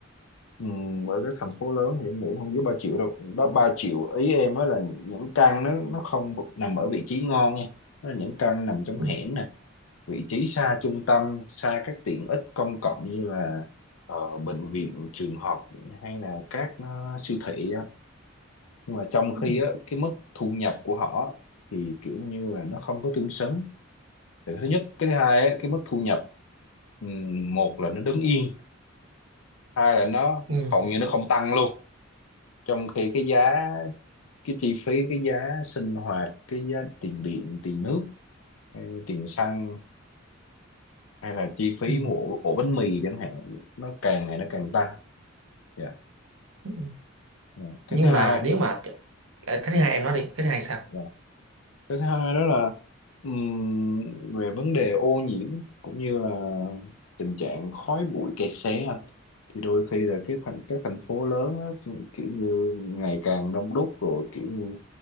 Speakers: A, on the left; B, on the right.
A: Ừ, bởi cái thành phố lớn thì em nghĩ không dưới 3 triệu đâu đó 3 triệu ý em á là những căn nó nó không nằm ở vị trí ngon nha nó là những căn nằm trong
B: Ừ,
A: hẻm nè vị trí xa trung tâm xa các tiện ích công cộng như là ờ, bệnh viện trường học hay là các ờ, siêu thị á. nhưng mà trong khi
B: ừ,
A: á cái mức thu nhập của họ thì kiểu như là nó không có tương xứng Thì cái thứ nhất cái thứ hai á, cái mức thu nhập ừm, một là nó đứng yên hai là nó
B: ừ,
A: hầu như nó không tăng luôn trong khi cái giá cái chi phí cái giá sinh hoạt cái giá tiền điện tiền nước hay tiền xăng hay là chi phí
B: ừ,
A: mua ổ, ổ bánh mì chẳng hạn nó càng ngày nó càng tăng Dạ.
B: ừ.
A: Ừ. cái
B: Nhưng
A: thứ hai
B: mà nếu mà ờ, cái thứ hai em nói đi, cái thứ hai sao?
A: dạ. cái thứ hai đó là ừm, về vấn đề ô nhiễm cũng như là tình trạng khói bụi kẹt xe thì đôi khi là cái thành các thành phố lớn á, kiểu như ngày càng đông đúc rồi kiểu như